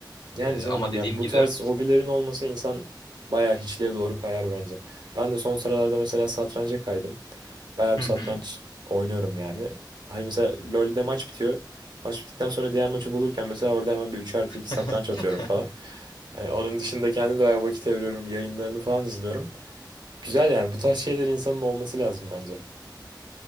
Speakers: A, on the right (about 65°); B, on the left (about 70°).
A: Yani
B: Ee,
A: canım
B: ama dediğim
A: ya bu
B: gibi
A: tarz hobilerin olmasa insan bayağı hiçliğe doğru kayar bence. Ben de son sıralarda mesela satranca kaydım. Bayağı bir
B: hı
A: satranç
B: hı.
A: oynuyorum yani. Hani mesela LoL'de maç bitiyor. Maç bittikten sonra diğer maçı bulurken mesela orada hemen bir 3 artı 2 satranç
B: <laughs>
A: atıyorum falan. Yani onun dışında kendim de bayağı vakit ayırıyorum. Yayınlarını falan izliyorum. Güzel yani bu tarz şeyler insanın olması lazım bence.